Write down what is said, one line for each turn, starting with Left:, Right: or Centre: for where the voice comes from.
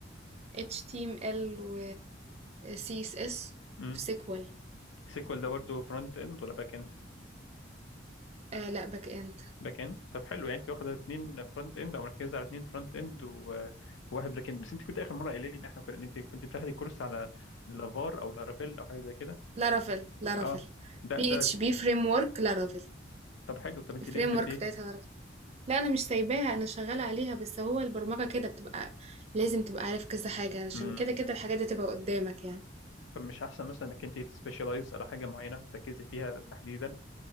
Right: HTML و CSS
Left: امم
Right: و SQL
Left: السيكوال ده برضو فرونت اند ولا باك اند
Right: آه لا باك إند
Left: باك اند طب حلو يعني انت واخده اتنين فرونت اند او مركزه على اتنين فرونت اند وواحد باك اند بس انت كنت اخر مره قايله لي ان احنا كنا إن انت كنت بتاخدي كورس على لافار او لارافيل او حاجه زي كده
Right: لارافيل لارافيل
Left: اه ده
Right: PHP
Left: ده
Right: framework لارافيل
Left: طب حلو طب انت
Right: الفريم
Left: ليه سبت
Right: ورك
Left: ايه
Right: بتاعتها لارافيل لا أنا مش سايباها أنا شغالة عليها بس هو البرمجة كده بتبقى لازم تبقى عارف كذا حاجة عشان
Left: امم
Right: كده كده الحاجات دي تبقى قدامك يعني
Left: طب مش احسن مثلا انك انت تسبيشالايز على حاجه معينه تركزي فيها تحديدا